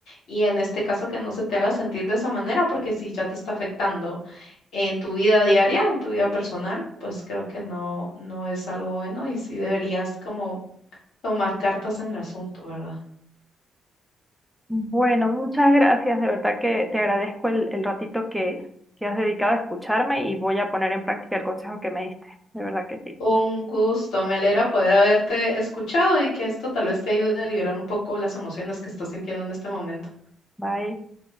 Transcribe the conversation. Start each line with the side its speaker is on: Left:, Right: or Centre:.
Left: y en este caso que no se te haga sentir de esa manera, porque si ya te está afectando en tu vida diaria, en tu vida personal, pues creo que no, no es algo bueno y sí deberías como tomar cartas en el asunto, ¿verdad?
Centre: Bueno, muchas gracias. De verdad que te agradezco el, el ratito que, que has dedicado a escucharme y voy a poner en práctica el consejo que me diste. De verdad que sí.
Left: Un gusto, me alegra poder haberte escuchado y que esto tal vez te ayude a liberar un poco las emociones que estás sintiendo en este momento.
Centre: Bye.